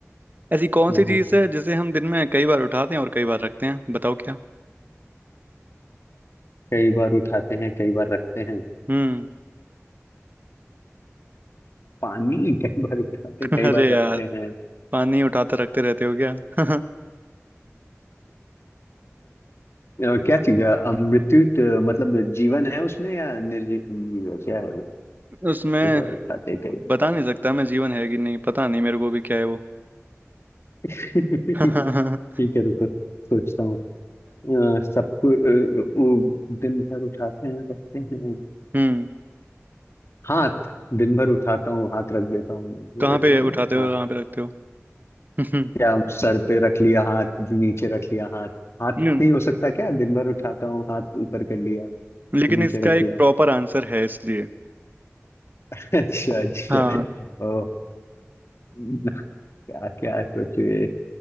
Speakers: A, on the right (about 40°); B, on the left (about 60°).
A: ऐसी कौन
B: हाँ
A: सी चीज
B: हाँ
A: है जिसे हम दिन में कई बार उठाते हैं और कई बार रखते हैं बताओ क्या
B: कई बार उठाते हैं कई बार रखते हैं
A: हम्म
B: पानी <laughs> कई बार उठाते
A: <laughs>
B: हैं कई
A: अरे
B: बार
A: यार
B: रखते हैं
A: पानी उठाते रखते रहते हो क्या <laughs>
B: अ, क्या चीज है अ, मृत्यु तो, मतलब जीवन है उसमें या निर्जीव क्या है वो
A: उसमें
B: कई बार उठाते कई
A: बता नहीं सकता मैं जीवन है कि नहीं पता नहीं मेरे को भी क्या है वो
B: <laughs>
A: <laughs> हाँ
B: ठीक है रुको सोचता हूँ अ, सबको अ, अ, वो दिन भर उठाते हैं रखते हैं
A: हम्म
B: हाथ दिन भर उठाता हूँ हाथ रख देता हूँ मतलब
A: कहाँ
B: ऐसे
A: पे
B: है
A: उठाते
B: ना
A: हो
B: हाथ
A: कहाँ पे रखते हो <laughs>
B: क्या सर पे रख लिया हाथ नीचे रख लिया हाथ हाथ
A: हम्म
B: नहीं हो सकता क्या दिन भर उठाता हूँ हाथ ऊपर कर लिया फिर
A: लेकिन
B: नीचे
A: इसका
B: रख दिया
A: एक प्रॉपर आंसर है इसलिए
B: <laughs> अच्छा अच्छा
A: हाँ
B: ओ क्या क्या सोचे